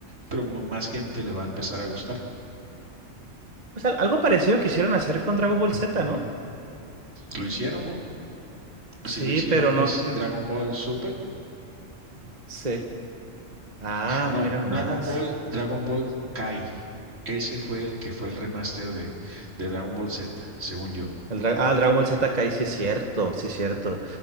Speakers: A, on the right; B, on the right.
A: pero m- más gente le va a empezar a gustar.
B: Pues al- algo parecido quisieron hacer con Dragon Ball Z, ¿no?
A: Lo hicieron, ¿no?
B: Sí,
A: Si lo hicieron
B: pero no.
A: es
B: mm,
A: Dragon Ball Super.
B: Sí. Ah,
A: No,
B: mira nomás.
A: Dragon Ball, Dragon Ball Kai. Ese fue el que fue el remaster de, de Dragon Ball Z, según yo.
B: El Dra- ah, el Dragon Ball Z Kai, sí es cierto, sí es cierto.